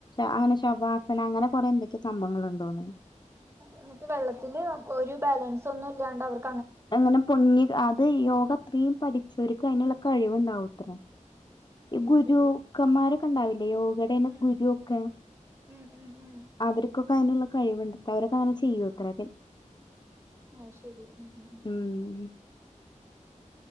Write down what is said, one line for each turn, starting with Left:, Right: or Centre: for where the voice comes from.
Left: അങ്ങനെ
Right: ഉം
Left: ശവാസ അങ്ങനെ കൊറെ എന്തൊക്കെ സംഭങ്ങൾ ഉണ്ടോന്ന്‌ണ്
Right: ഇന്നിട്ട് വെള്ളത്തില് ഒരു ബാലൻസ് ഒന്നും ഇല്ലാണ്ട് അവർക്ക്
Left: അങ്ങനെ പൊങ്ങി അത് യോഗ അത്രയും പഠിചോർക്ക് അതിനുള്ള കഴിവുണ്ടാവോ ത്രേ. ഈ ഗുരുക്കന്മാരൊക്കെ
Right: ശരി
Left: ഉണ്ടാവില്ലേ യോഗയുടെന്നെ
Right: ഉം
Left: ഗുരു ഒക്കെ
Right: ഉം ഉം ഉം
Left: അവർക്കൊക്കെ അതിനുള്ള കഴിവ്ണ്ടത്രേ അവരൊക്കെ അങ്ങനെ ചെയ്യു ത്രേ.
Right: ആഹ് ശരി ഉം ഉം ഉം
Left: ഉം ഉം